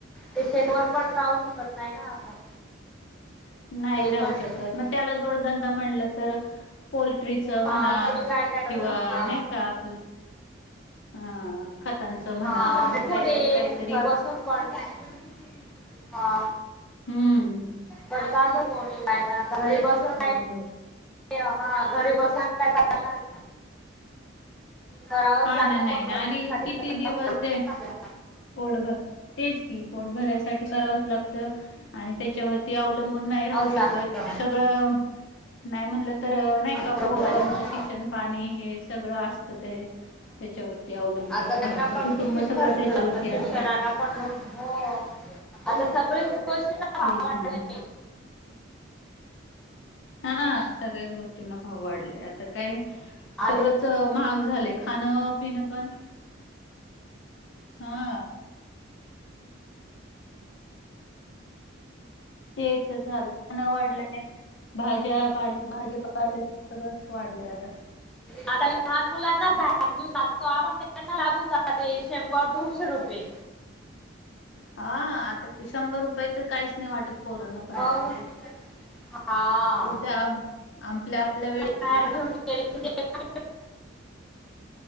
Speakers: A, in the centre; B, on the left.
A: तर शेेत वर पण जावू शकत नाही ना आपण
B: अच् <unintelligible> नाही
A: ते
B: राहू
A: पण आहे
B: शकत मग त्याला जोडधंदा म्हणलं तर पोलोल्ट्रीचं
A: हा
B: म्हणा
A: कुणी काय काय करत
B: किंवा
A: हा
B: नाही का आपलं ह खतांच म्हणा
A: हा
B: असं
A: भरपूर
B: काहीतरी
A: आहे
B: काहीतरी
A: घर बसून पण <unintelligible> हा
B: हं.
A: तर का होणी काय ना आता बसून काही <unintelligible>
B: बोल
A: ते हा घरी बसल्यावर काय चालणार करावंच
B: हा
A: लागतं
B: ना नाही
A: पोट
B: ना
A: भरण्यासाठी
B: आणि किती दिवस ते
A: आपल्याला
B: पोट भर तेच की पोट भरायसाठी करावंच लागतं आणि त्याच्यावरती अवलंबून नाही राहू
A: करावंच लागतं
B: शकत सगळं नाही म्हणलं तर नाही का
A: बरोबर
B: पोरांचं
A: आहे
B: शिक्षण पाणी हे सगळं असत ते त्याच्यावरती अवलंबून
A: आता
B: घरचं
A: त्यांना पण
B: कुटुंब
A: किती
B: सगळं
A: खर्च
B: त्याच्यावरती
A: लागतो
B: असतं
A: शिक्षणाला पण हो आता सगळेच गोष्टी ना भाव
B: तेच
A: वाडलाय
B: ना.
A: की
B: हा सगळ्याच गोष्टींना भाव वाढलाय आता काय सगळंच
A: आधी
B: महाग झालय खाणं पिणं पण हा ते झालं पूर्ण वाढलंय भाज्या पाले भाज्या चा पाहिलेस सगळंच वाढलंय आता
A: आता लहान मुलांनाच बाहेर घेऊन जातो आपण त्यांना लागून जाते शंभर दोनशे रुपये
B: हा आता ते शंभर रुपये तर काहीच नाही वाटत पोरांना पण
A: मग
B: आता
A: हा
B: ते त्या आपल्या आपल्या वेळे
A: कार घेऊन ग